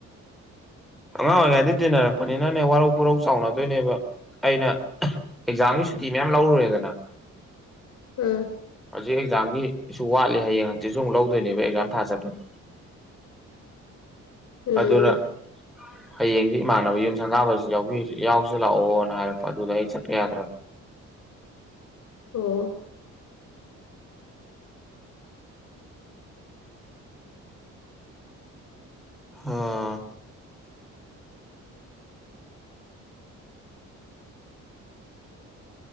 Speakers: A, in the centre; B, on the left.
A: ꯑꯉꯥꯡ ꯑꯣꯏꯔꯤꯉꯩꯗ ꯇꯤꯟꯅꯔꯛꯄꯅꯤꯅꯅꯦ ꯋꯥꯔꯧ ꯄꯨꯔꯧ ꯆꯥꯎꯅꯗꯣꯏꯅꯦꯕ ꯑꯩꯅ ꯑꯦꯛꯖꯥꯝꯒꯤ ꯁꯨꯇꯤ ꯃꯌꯥꯝ ꯂꯧꯔꯨꯔꯦꯗꯅ
B: ꯑꯥ
A: ꯍꯧꯖꯤꯛ ꯑꯦꯛꯖꯥꯝꯒꯤꯁꯨ ꯋꯥꯠꯂꯤ ꯍꯌꯦꯡ ꯍꯥꯡꯆꯤꯠꯁꯨ ꯑꯃꯨꯛ ꯂꯧꯗꯣꯏꯅꯦꯕ ꯑꯦꯛꯖꯥꯝ ꯊꯥ ꯆꯠꯄꯒꯤ
B: ꯎꯝ
A: ꯑꯗꯨꯅ ꯍꯌꯦꯡꯁꯦ ꯏꯃꯥꯟꯅꯕ ꯌꯨꯝ ꯁꯪꯒꯥꯕꯁꯨ ꯌꯥꯎꯕꯤ ꯌꯥꯎꯁꯤ ꯂꯥꯛꯑꯣꯅ ꯍꯥꯏꯔꯛꯄ ꯑꯗꯨꯗ ꯑꯩ ꯆꯠꯄ ꯌꯥꯗ꯭ꯔꯕ
B: ꯑꯣ
A: ꯍꯥ